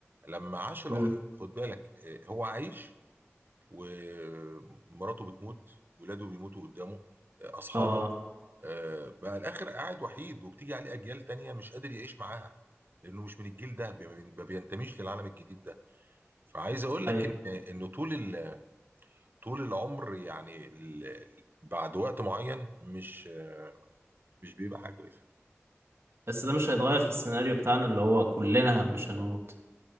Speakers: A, on the right; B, on the right.
A: لما عاش الع...
B: مم.
A: خد بالك آه، هو عايش ومراته بتموت ولاده بيموتوا قدامه آه، اصحابه
B: اه
A: آه، بقى الاخر قاعد وحيد وبتيجي عليه اجيال تانية مش قادر يعيش معاها لانه مش من الجيل ده بي- ما بينتميش للعالم الجديد ده فعايز اقول لك
B: ايوه
A: ان ان طول ال- طول العمر يعني ال- بعد وقت معين مش آه، مش بيبقى حاجه كويسه
B: بس ده مش هيتغير في السيناريو بتاعنا اللي هو كلنا مش هنموت